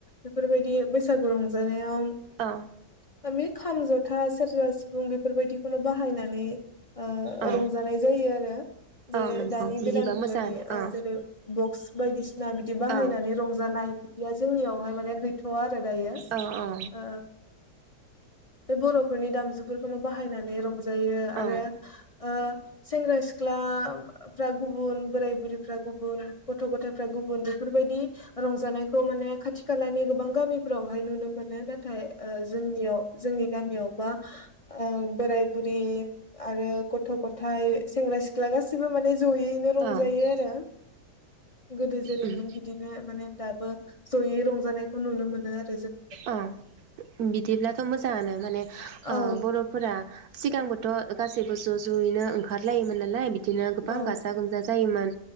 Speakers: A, on the left (about 50°); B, on the right (about 70°).
A: बेफोरबायदि बैसागु रंजानायाव
B: औ
A: माने खाम जथा सेरजा सिफुं बेफोरबायदिखौनो बाहायना नै ओ
B: औ
A: रंजानाय जायो आरो। बे
B: औ नंगौ
A: दानि
B: बिदिबा
A: गोदान मुगानि
B: मोजाङानो
A: ओ
B: औ
A: जेरै बक्स बायदि ना बिदि बाहायनानै
B: औ
A: रंजानाय बिदिया जोंनियावहाय माने गैथ ' थआ आरो दायो
B: औ औ
A: ओ बे बरफोरनि दामजुफोरखौनो बाहायनानै रंजा जायो आरो
B: औ
A: ओ सेंग्रा सि फ्रा गुबुन बोराय बुरिफ्रा गुबुन गथ गथायफ्रा गुबुन बेफोरबायदि रंजानायखौ माने खाथि खालानि गोबां गामिफोरावहाय नुनो मोनो नाथ थाय ओ जोंनियाव जोंनि गामियावबा बोराय बुरि आरो गथ' गथायाइ सेंग्रा सिख्ला लाासिबो माने जयैनो रंजायो
B: औ
A: आरो गोदो जेरैमोन
B: उम
A: बिदिनो माने दा जयै रंजानायखौ नुनो मोनो आरो। जोंनियाव
B: अ बिदिब्लाथ' मोजाङानो माने
A: औ
B: बर'फोरा सिगांबोथ' गासैबो ज' ज'यैनो ओंखारलायोमोन नालाय बिदिनो गोबां
A: औ
B: गाजा गोमजा जायोमोन।